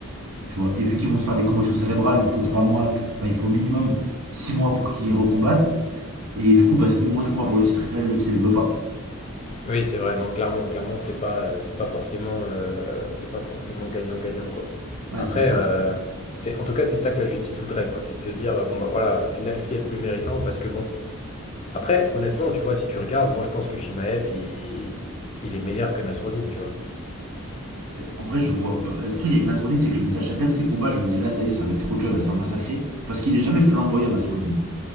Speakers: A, on the right; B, on the left.
A: Tu vois. Et vu qu'ils vont se faire des commotions cérébrales, il faut 3 mois, enfin il faut au minimum 6 mois pour qu'ils recombattent. Et du coup, bah, ça fait moins de combats pour le titre et ça, l'UFC le veut pas.
B: Oui, c'est vrai, non, clairement, clairement, c'est pas, euh, c'est pas forcément, euh, c'est pas forcément gagnant-gagnant, quoi.
A: Ouais,
B: Après,
A: c'est sûr.
B: euh, c'est, en tout cas, c'est ça que la justice voudrait, quoi. C'est de se dire, euh, bon, bah voilà, au final, qui est le plus méritant? Parce que bon. Après, honnêtement, tu vois, si tu regardes, moi je pense que Shimaev, il, il est meilleur que Nassourdine, tu vois.
A: En vrai, je vois pas. Le truc avec Nassourdine, c'est que je me dis à chacun de ses combats, je me dis là, ça y est, ça va être trop dur, il va se faire massacrer. Parce qu'il est jamais flamboyant, Nassourdine.